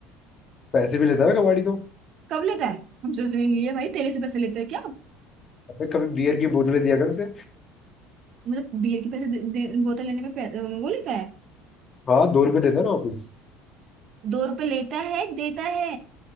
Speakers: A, on the left (about 35°); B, on the right (about 55°).
A: पैसे भी लेता है कबाड़ी तो
B: कब लेता है हमसे तो नहीं लिए भाई तेरे से पैसे लेते हैं क्या
A: अबे कभी बियर की बोतलें दिया कर उसे
B: मतलब बियर के पैसे दे, दे, बोतल लेने पे पै- वो लेता है
A: हाँ दो रुपए देता है ना वापिस
B: दो रुपए लेता है देता है